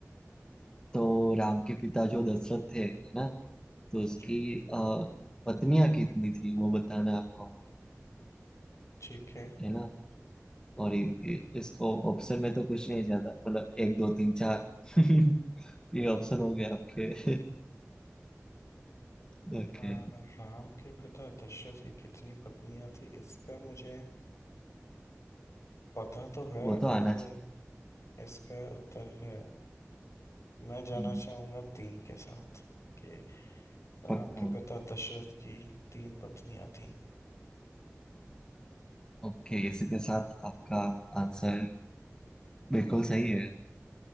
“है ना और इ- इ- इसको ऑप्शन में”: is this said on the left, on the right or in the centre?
Left